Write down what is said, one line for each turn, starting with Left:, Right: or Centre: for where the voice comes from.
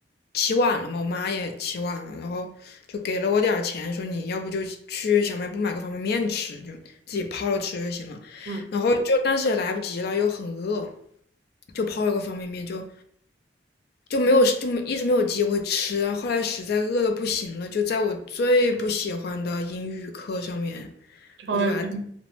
Left: 起晚了嘛，我妈也起晚了，然后就给了我点儿钱，说你要不就去小卖部买个方便面吃，就自己泡了吃就行了，
Right: 嗯，
Left: 然后就但是也来不及了，又很饿，就泡了个方便面就。就没有就没一直没有机会吃，后来实在饿的不行了，就在我最不喜欢的英语课上面，
Right: 这方面没，
Left: 我就把它，